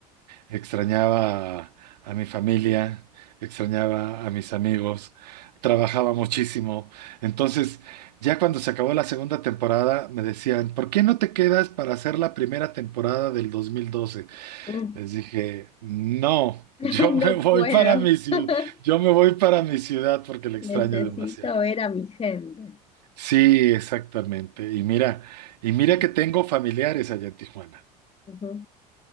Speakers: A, on the right; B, on the left.
A: Extrañaba a, a mi familia, extrañaba a mis amigos, trabajaba muchísimo. Entonces, ya cuando se acabó la segunda temporada, me decían, ¿por qué no te quedas para hacer la primera temporada del 2012?
B: Ujú.
A: Les dije, no,
B: <laughs>
A: yo
B: No
A: me voy
B: puedo.
A: para mi ciudad,
B: <laughs>
A: yo me voy para mi ciudad porque la
B: Necesito
A: extraño demasiado.
B: ver a mi gente.
A: Sí, exactamente. Y mira, y mira
B: Dices,
A: que tengo familiares allá en Tijuana.
B: ujú,